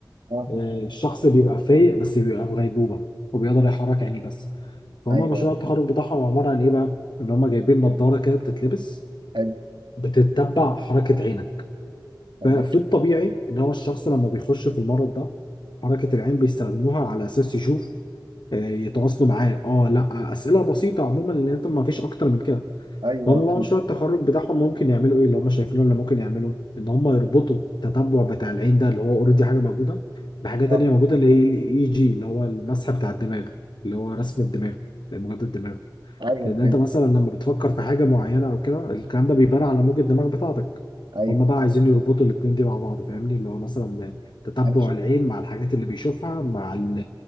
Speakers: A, on the right (about 85°); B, on the left (about 70°).
A: اه
B: آه، الشخص بيبقى فايق بس بيبقى في غيبوبة وبيقدر يحرك عينيه بس فهم
A: ايوه
B: مشروع التخرج بتاعهم عبارة عن إيه بقى؟ إن هم جايبين نظارة كده بتتلبس
A: حلو
B: بتتبع حركة عينك
A: طب
B: ففي
A: ماشي
B: الطبيعي إن هو الشخص لما بيخش في المرض ده حركة العين بيستخدموها على أساس يشوف آه، يتواصلوا معاه اه لا أسئلة بسيطة عموما لأن أنت ما فيش أكتر من كده
A: ايوه
B: هم
A: اكيد
B: بقى مشروع التخرج بتاعهم ممكن يعملوا ايه اللي هم شايفينه اللي ممكن يعملوا ان هم يربطوا التتبع بتاع العين ده اللي هو اوريدي حاجه موجوده بحاجه
A: اه
B: تانية موجوده اللي هي الاي جي اللي هو المسح بتاع الدماغ اللي هو رسم الدماغ موجات الدماغ
A: ايوه
B: لان
A: فهمت
B: انت مثلا لما بتفكر في حاجه معينه او كده الكلام ده بيبان على موجة الدماغ بتاعتك
A: ايوه
B: هم بقى عايزين يربطوا الاتنين دي مع بعض فاهمني اللي هو مثلا تتبع
A: انا ش...
B: العين مع الحاجات اللي بيشوفها مع ال-